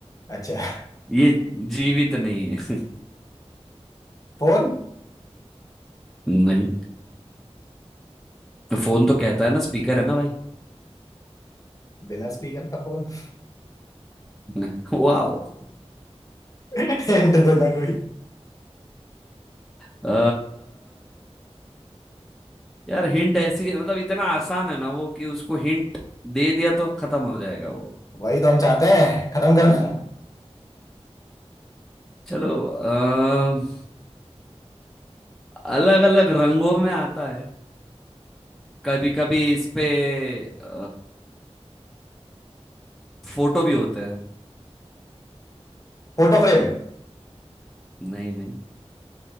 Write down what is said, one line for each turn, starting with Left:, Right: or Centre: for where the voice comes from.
Left: अच्छा
Centre: ये जीवित नहीं है
Left: फोन
Centre: <laughs> नहीं फोन तो कहता है ना स्पीकर है ना भाई
Left: बिना स्पीकर का फोन <laughs>
Centre: <laughs> वाओ
Left: हिंट देना कोई
Centre: अ, यार हिंट ऐसी मतलब इतना आसान है ना वो कि उसको हिंट दे दिया तो खत्म हो जाएगा वो
Left: वही तो हम चाहते हैं खत्म करना
Centre: चलो अलग अलग रंगों में आता है कभी कभी इस पे अ, फोटो भी होते हैं
Left: Photo frame
Centre: नहीं नहीं